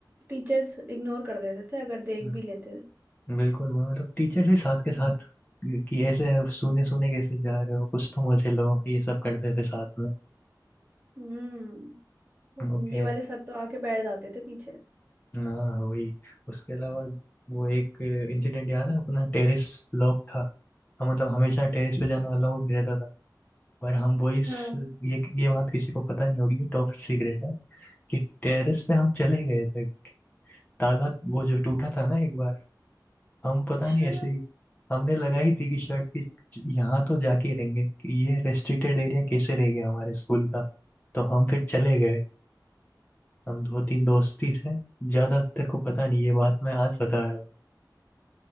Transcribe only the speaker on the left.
हम्म,
बिल्कुल वो मतलब टीचर भी साथ के साथ कि ऐसे सुने सुने कैसे जा रहे हो कुछ तो मजे लो ये सब करते थे साथ में
वो
खेल
हाँ वही उसके अलावा वो एक इंसिडेंट याद है अपना टेरेस लॉक था हम मतलब हमेशा टेरेस पे जाना अलाउड नहीं रहता था पर हम बॉयज
ये ये बात किसी को पता नहीं होगी ये टॉप सीक्रेट है कि टेरेस पे हम चले गए थे ताला वो जो टूटा था ना एक बार हम
पता नहीं ऐसे ही हमने लगाई थी कि शर्ट की यहाँ तो जाके ही रहेंगे कि ये रेस्ट्रिक्टेड एरिया कैसे रह गया हमारे स्कूल का तो हम फिर चले गए हम दो तीन दोस्त ही थे ज्यादा तेरे को पता नहीं ये बात मैं आज बता रहा हूँ